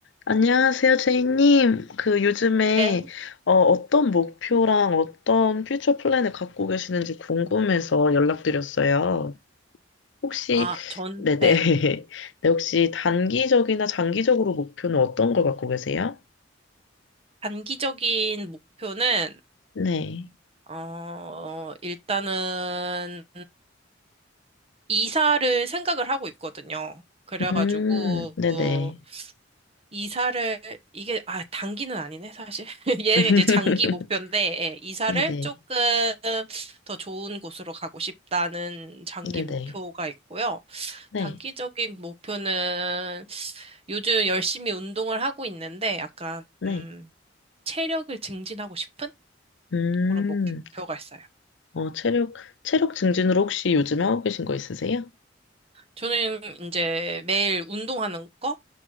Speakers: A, on the left; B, on the right.
A: 안녕하세요, 제이님. 그 요즘에
B: 네.
A: 어, 어떤 목표랑 어떤 퓨처 플랜을 갖고 계시는지 궁금해서 연락드렸어요. 혹시,
B: 아, 전,
A: 네네.
B: 네.
A: <laughs> 네, 혹시 단기적이나 장기적으로 목표는 어떤 걸 갖고 계세요?
B: 단기적인 목표는,
A: 네.
B: 어, 일단은, 이사를 생각을 하고 있거든요. 그래가지고,
A: 음, 네네.
B: 어, 이사를, 이게, 아, 단기는 아니네, 사실. <laughs> 얘는
A: <laughs>
B: 이제 장기 목표인데, 예, 이사를
A: 네네.
B: 조금 더 좋은 곳으로 가고 싶다는 장기
A: 네네.
B: 목표가 있고요.
A: 네.
B: 단기적인 목표는 요즘 열심히 운동을 하고 있는데, 약간,
A: 네.
B: 음, 체력을 증진하고 싶은
A: 음,
B: 그런 목표가 있어요.
A: 어, 체력, 체력 증진으로 혹시 요즘에 하고 계신 거 있으세요?
B: 저는 이제 매일 운동하는 거?